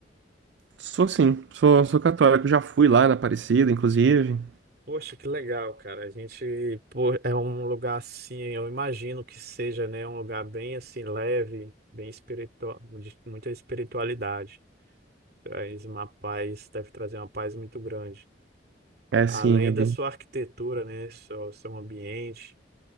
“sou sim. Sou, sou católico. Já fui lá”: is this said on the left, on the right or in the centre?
Right